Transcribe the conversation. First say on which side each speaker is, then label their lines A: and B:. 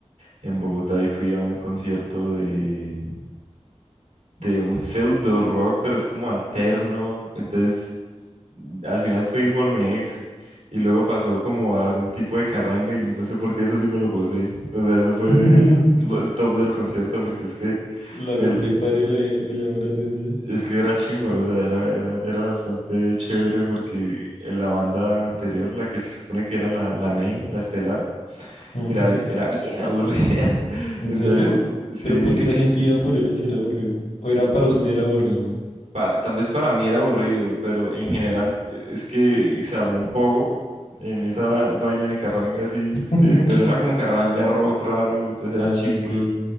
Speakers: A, on the right; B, on the left.
A: en Bogotá y fui a un concierto de, de un pseudo rock, pero es como alterno. Entonces, al final fui por mi ex y luego pasó como a algún tipo de carranga y no sé por qué eso sí me lo gocé. O sea, eso fue
B: <laughs>
A: lo- el top del concierto porque es que
B: Lo agropecuario
A: el
B: le, le llama la atención.
A: es que era chimba, o sea, era era era bastante chévere porque en la banda anterior, la que se supone que era la la main, la estelar,
B: Mm.
A: era bi- era bien aburrida. <laughs>
B: ¿En
A: Entonces,
B: serio?
A: sí,
B: Pero porque
A: sí.
B: la gente iba por ellos y era aburrido. O era para usted era aburrido.
A: pa- tal vez para mí era aburrido, pero en general eh, es que se armó un poco en esa vaina de carranga así,
B: <laughs>
A: este, pero era como carranga rock raro, entonces era
B: Ah,
A: chimbo
B: ok.